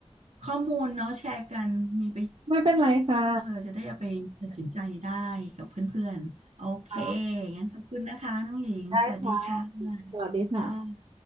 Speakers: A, on the right; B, on the right.
A: ข้อมูลเนาะแชร์กันมีประโยชน์
B: ไม่เป็นไรค่ะ
A: เราจะได้เอาไปตัดสินใจได้กับเพื่อนๆโอเค
B: ครับ
A: งั้นขอบคุณนะคะน้องหญิงสวัสดีค่ะ
B: ได้ค่ะ สวัสดีค่ะ
A: ค่ะ